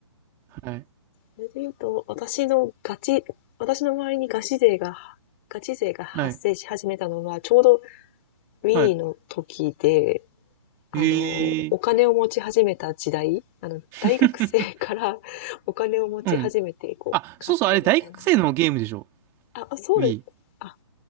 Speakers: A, on the right; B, on the left.
A: はい。
B: それで言うと、私のガチ、私の周りにガチ勢が、ガチ勢が発生し始めたのは、
A: はい。
B: ちょうど Wii
A: はい。
B: の時で、あの、
A: へえ。
B: お金を持ち始めた時代、あの、
A: <laughs>
B: 大学生から <laughs> お金を持ち始めて、
A: うん。
B: こう、
A: あ、
B: 買ってみたいな。
A: そうそう、あれ大学生のゲームでしょ
B: あ、あそうです。
A: ?Wii。
B: あ、